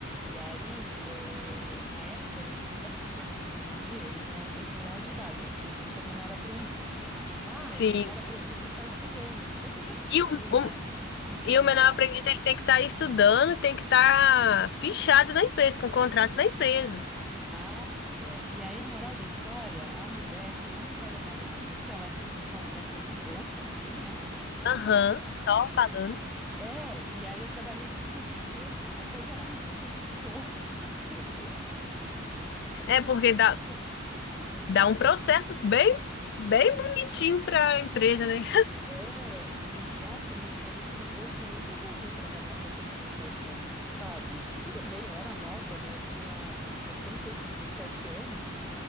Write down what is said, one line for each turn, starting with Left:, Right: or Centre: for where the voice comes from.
Centre: E aí, eh, na época, acho que nem- hoje em dia eles não aceitam menor de idade, a não ser se tu for menor aprendiz. Mas
Left: Sim.
Centre: o menor aprendiz tem que estar estudando. Só que eu já tinha
Left: E o,
Centre: terminado o ensino
Left: E o
Centre: médio.
Left: menor aprendiz ele tem que estar estudando, tem que estar fichado na empresa, com contrato na empresa.
Centre: Ah, pois é. E aí, moral da história, a mulher não me falou nada disso, ela me contratou de boca, assim, né?
Left: Aham, só falando.
Centre: É, e aí eu trabalhei cinco dias e depois ela me dispensou, <laughs> porque
Left: É porque
Centre: não podia.
Left: dá, dá
Centre: É,
Left: um processo bem, bem bonitinho para a empresa, né?
Centre: É, e nossa, me- mas assim, eu achei muito ruim trabalhar com atendimento ao público, sabe? Tudo bem, eu era nova, né? Eu tinha recém feito 17 anos